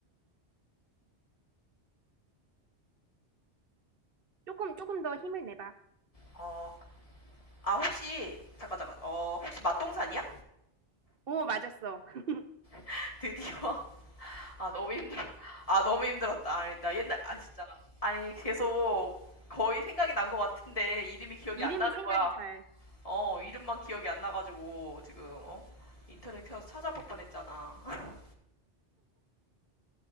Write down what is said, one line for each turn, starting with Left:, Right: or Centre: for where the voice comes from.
Right: 조금, 조금 더 힘을 내봐.
Left: 어, 아, 혹시, 잠깐, 잠깐, 어, 혹시 맛동산이야?
Right: 어, 맞았어. <laughs>
Left: <laughs> 드디어. <laughs> 아, 너무 힘들어. 아, 너무 힘들었다. 아니, 나 옛날, 아, 진짜. 아니, 계속 거의 생각이 난 것 같은데, 이름이 기억이
Right: 이름이
Left: 안 나는
Right: 생각이
Left: 거야.
Right: 잘.
Left: 어, 이름만 기억이 안 나가지고, 지금, 어? 인터넷 켜서 찾아볼 뻔 했잖아. <laughs>